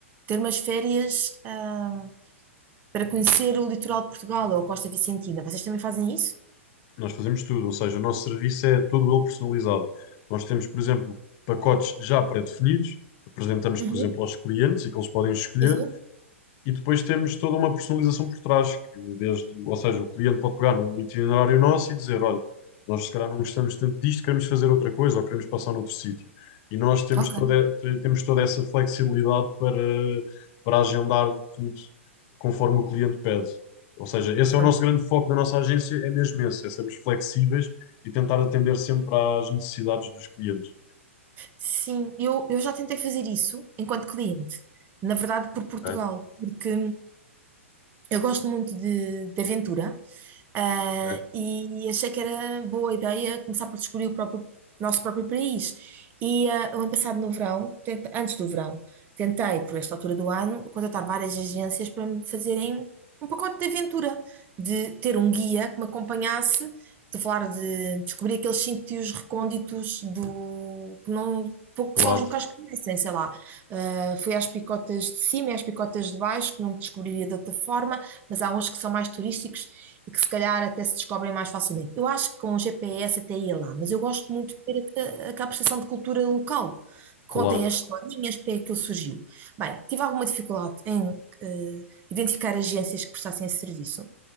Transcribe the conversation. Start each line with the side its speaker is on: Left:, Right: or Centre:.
Right: ter umas férias ah, para conhecer o litoral de Portugal ou a Costa Vicentina. Vocês também fazem isso?
Left: Nós fazemos tudo, ou seja, o nosso serviço é todo ele personalizado. Nós temos, por exemplo, pacotes já pré-definidos, que apresentamos,
Right: Uhum,
Left: por exemplo, aos clientes e que eles podem escolher,
Right: sim, sim.
Left: e depois temos toda uma personalização por trás, que desde, ou seja, o cliente pode pegar num itinerário nosso e dizer, olha, nós se calhar não gostamos tanto disto, queremos fazer outra coisa ou queremos passar noutro sítio. E nós temos
Right: Ok,
Left: toda, temos toda essa flexibilidade para, para agendar tudo conforme o cliente pede. Ou seja, esse é
Right: pronto.
Left: o nosso grande foco da nossa agência, é mesmo esse, é sermos flexíveis e tentar atender sempre às necessidades dos clientes.
Right: Sim, eu, eu já tentei fazer isso enquanto cliente, na verdade por Portugal,
Left: Ok,
Right: porque Eu gosto muito de, de aventura, ah,
Left: ok,
Right: e achei que era boa ideia começar por descobrir o próprio- nosso próprio país. E ah, o ano passado, no verão, tenta- antes do verão, tentei, por esta altura do ano, contratar várias agências para me fazerem um pacote de aventura, de ter um guia que me acompanhasse, de falar de descobrir aqueles sítios recônditos do que não. Pouco
Left: Claro,
Right: que só os locais conhecem, sei lá. Ah, fui às picotas de cima e às picotas de baixo, que não descobriria de outra forma mas há uns que são mais turísticos e que se calhar até se descobrem mais facilmente. Eu acho que com o GPS até ia lá, mas eu gosto muito de ter a, a, aquela percepção de cultura local. Contem
Left: claro.
Right: as historinhas, porque é que aquilo surgiu. Bem, tive alguma dificuldade em eh, identificar agências que prestassem esse serviço.